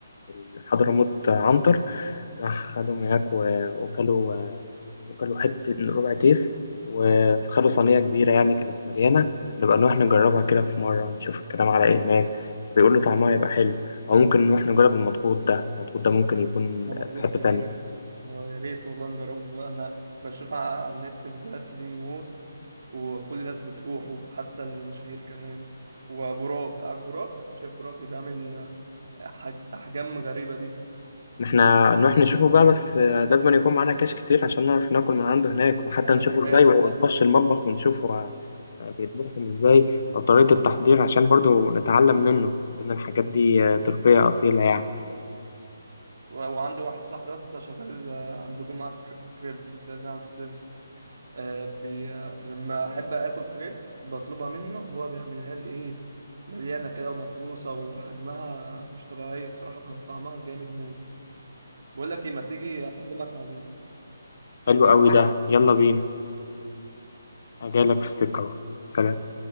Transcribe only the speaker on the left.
في حضرموت عنتر راح خدهم هناك و- وكلوا وكلوا حتة ربع تيس وخدوا صينية كبيرة يعني كانت مليانة نبقى نروح نجربها كده في مرة نشوف الكلام على ايه هناك بيقولوا طعمها يبقى حلو أو ممكن نروح نجرب المضغوط ده المضغوط ده ممكن يكون
في حتة
تانية
إن احنا نروح نشوفه بقى بس آه، لازم يكون معانا كاش كتير عشان نعرف ناكل من عنده هناك وحتى
نشوفه
ازاي ونخش
المطبخ ونشوفه آه، بيطبخهم ازاي او طريقة التحضير عشان برضو نتعلم منه لان الحاجات دي آه، تركية اصيلة يعني
حلو قوي ده يلا بينا أنا جايلك في السكة اهو سلام